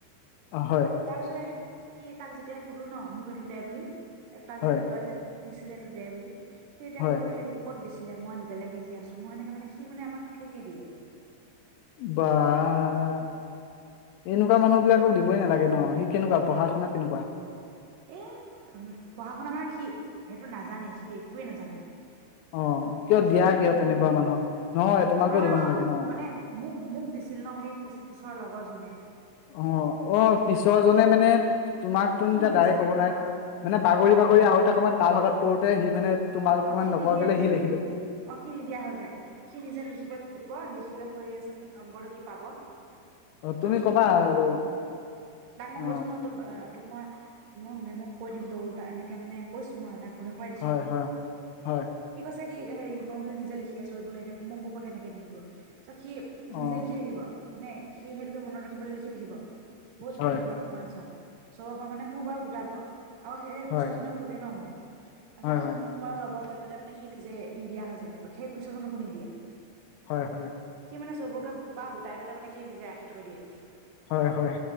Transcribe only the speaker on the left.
অ, হয়,
হয়,
হয়,
বা', -এনেকুৱা মানুহ বিলাকক দিবই নালাগে ন', কেনেকুৱা পঢ়া শুনাত কেনেকুৱা?
অ কিয়
দিয়া
কিয় তেনেকুৱা মানুহক তোমালোকেও
দিব নালাগে
ন
অ, অ পিছৰ জনে মানে তোমাক ত এতিয়া
ডাইৰেক্ট ক'ব নোৱাৰি
মানে বাগৰি
বাগৰি আহোতে সময়ত তাৰ ভাগত পৰোতে সি মানে তোমালোক
মান
নকয়
পেলাই
লিখি
থৈ
অ তুমি
কবা আৰু
অ,
হয় হয় হয়
অ
হয়
হয়
হয়
হয়
হয় হয়
হয় হয়